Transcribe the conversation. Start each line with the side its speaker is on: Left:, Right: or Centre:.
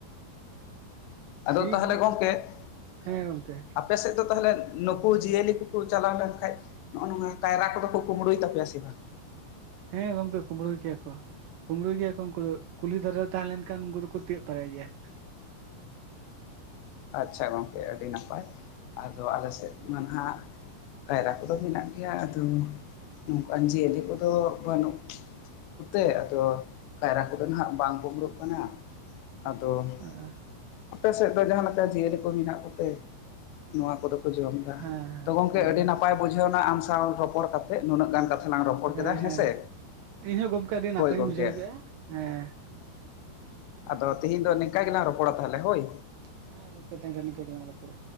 Left: ᱟᱫᱚ
Right: ᱴᱷᱤᱠ
Left: ᱛᱟᱦᱚᱞᱮ
Right: ᱜᱮᱭᱟ
Left: ᱜᱚᱢᱠᱮ <inaudible>
Right: ᱦᱮᱸ ᱜᱚᱝᱠᱮ
Left: ᱟᱯ ᱟᱯᱮ ᱥᱮᱫ ᱫᱚ ᱛᱟᱦᱚᱞᱮ ᱱᱩᱠᱩ ᱡᱤᱭᱟᱹᱞᱤ ᱠᱚᱠᱚ ᱪᱟᱞᱟᱣ ᱞᱮᱱ ᱠᱷᱟᱡ ᱱᱚᱜᱼᱚ ᱱᱚᱣᱟ ᱠᱟᱭᱨᱟ ᱠᱚᱫᱚ ᱠᱚ ᱠᱩᱢᱵᱽᱲᱩᱭ ᱛᱟᱯᱮᱭᱟ ᱥᱮ ᱵᱟᱝ?
Right: ᱦᱮᱸ ᱜᱚᱝᱠᱮ ᱠᱩᱢᱵᱽᱲᱩᱭ ᱠᱮᱭᱟ ᱠᱚ᱾ ᱠᱩᱸᱵᱽᱲᱩᱭ ᱜᱮᱭᱟ ᱠᱚ ᱩᱱᱠᱩ ᱫᱚ ᱠᱩᱞᱤ ᱫᱷᱟᱨᱮ ᱨᱮ ᱛᱟᱦᱮᱸ ᱞᱮᱱ ᱠᱷᱟᱱ ᱩᱱᱠᱩ ᱫᱩᱠᱩ ᱛᱤᱭᱳᱜ ᱛᱚᱨᱟᱭ ᱜᱮᱭᱟ᱾
Left: ᱟᱪᱪᱷᱟ, ᱜᱚᱝᱠᱮ ᱟᱹᱰᱤ ᱱᱟᱯᱟᱭ ᱟᱫᱚ ᱟᱞᱮ ᱥᱮᱫ ᱢᱟ ᱱᱟᱦᱟᱜ ᱠᱟᱭᱨᱟ ᱠᱚᱫᱚ ᱢᱮᱱᱟᱜ ᱜᱮᱭᱟ ᱟᱫᱚ ᱱᱚᱝᱠᱟᱱ ᱡᱤᱭᱟᱹᱞᱤ ᱠᱚᱫᱚ ᱵᱟᱹᱱᱩᱜ ᱠᱩᱛᱮ ᱟᱫᱚ ᱠᱟᱭᱨᱟ ᱠᱚᱫᱚ ᱱᱟᱦᱟᱜ ᱵᱟᱝ ᱠᱩᱢᱲᱩᱜ ᱠᱟᱱᱟ᱾ ᱟᱫᱚ
Right: ᱦᱮᱸ
Left: <inaudible> ᱟᱯᱮ ᱥᱮᱫ ᱫᱚ ᱡᱟᱦᱟᱸ ᱱᱟᱠᱮ ᱡᱤᱭᱟᱹᱞᱤ ᱠᱚ ᱢᱮᱱᱟᱜ ᱠᱚᱛᱮ <inaudible> ᱱᱚᱣᱟ ᱠᱚᱫᱚ ᱡᱚᱢ ᱫᱟ
Right: ᱦᱮᱸ
Left: ᱛᱚ ᱜᱚᱢᱠᱮ
Right: ᱦᱮᱸ
Left: ᱟᱹᱰᱤ ᱱᱟᱯᱟᱭ ᱵᱩᱡᱷᱟᱹᱣ ᱮᱱᱟ ᱟᱢ ᱥᱟᱶ ᱨᱚᱯᱚᱲ ᱠᱟᱛᱮ ᱱᱩᱱᱟᱹᱜ ᱜᱟᱱ ᱠᱟᱛᱷᱟ ᱞᱟᱝ ᱨᱚᱯᱚᱲ
Right: ᱦᱮᱸ
Left: ᱠᱮᱫᱟ ᱦᱮᱸᱥᱮ
Right: ᱦᱮᱸ ᱤᱧ ᱦᱚᱸ ᱜᱚᱝᱠᱮ ᱟᱹᱰᱤ ᱱᱟᱯᱟᱭᱤᱧ
Left: ᱦᱳᱭ ᱜᱚᱝᱠᱮ
Right: ᱵᱩᱡᱷᱟᱹᱣ ᱠᱮᱫᱼᱟ ᱦᱮᱸ,
Left: ᱟᱫᱚ ᱛᱤᱦᱤᱧ ᱫᱚ ᱱᱮᱝᱠᱟ ᱜᱮᱞᱟᱝ ᱨᱚᱯᱚᱲᱟ ᱛᱟᱦᱚᱞᱮ ᱦᱳᱭ,
Right: ᱦᱮᱸ ᱜᱚᱝᱠᱮ ᱛᱮᱦᱮᱧ ᱫᱚ ᱱᱤᱧᱠᱟᱹ ᱜᱮᱞᱟᱝ ᱨᱚᱯᱚᱲᱟ᱾